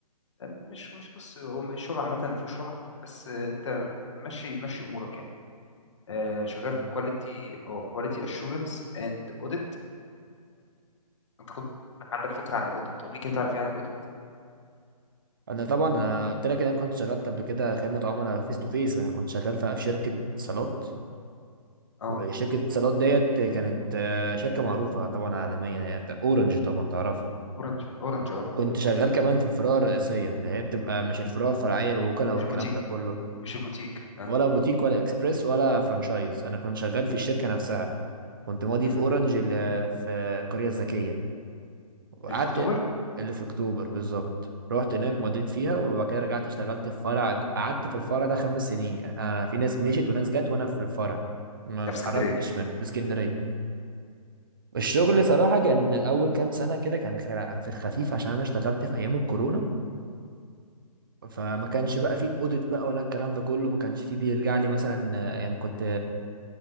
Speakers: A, on the left (about 50°); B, on the right (about 35°).
A: آه، مش مش بص هو الشغل عامه ما فيهوش راحه بس آه انت ماشي ماشي امورك يعني آه شغال كواليتي او كواليتي اشورنس اند اوديت انت كنت عندك فكره عن الاوديت قول لي كده تعرف ايه عن الاوديت
B: انا طبعا انا قلت لك ان انا كنت شغال قبل كده خدمة عملاء فيس تو فيس انا كنت شغال في في شركة اتصالات
A: اه
B: وشركة اتصالات ديت كانت آه، شركة معروفة طبعا عالميا يعني اورنج طبعا تعرفها
A: اورنج اورنج اه
B: وكنت شغال كمان في الفروع الرئيسية اللي هي بتبقى مش الفروع الفرعية الوكلاء والكلام
A: مش البوتيك
B: ده كله
A: مش البوتيك اه
B: ولا بوتيك ولا اكسبريس ولا فرانشايز انا كنت شغال في الشركه نفسها كنت ماضي
A: امم
B: في اورنج اللي في القريه الذكيه وقعدت
A: اللي في اكتوبر
B: اللي في اكتوبر بالظبط رحت هناك
A: امم
B: مضيت فيها وبعد كده رجعت اشتغلت في فرع قعدت في الفرع ده خمس سنين انا في ناس مشيت وناس جت وانا في الفرع ما
A: ده
B: اتحركتش
A: في اسكندريه
B: منه في اسكندريه الشغل صراحه كان اول كام سنه كده كان خ- في الخفيف عشان انا اشتغلت في ايام الكورونا فما كانش بقى فيه الاوديت بقى ولا الكلام ده كله ما كانش فيه بيرجع لي مثلا آه، يعني كنت